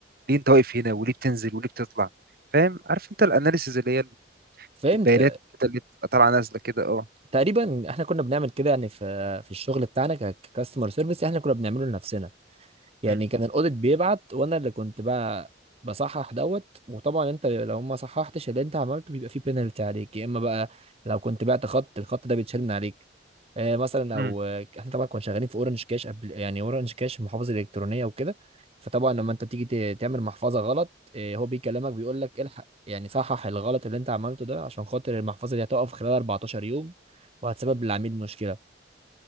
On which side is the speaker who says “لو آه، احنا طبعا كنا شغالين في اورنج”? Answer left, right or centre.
Right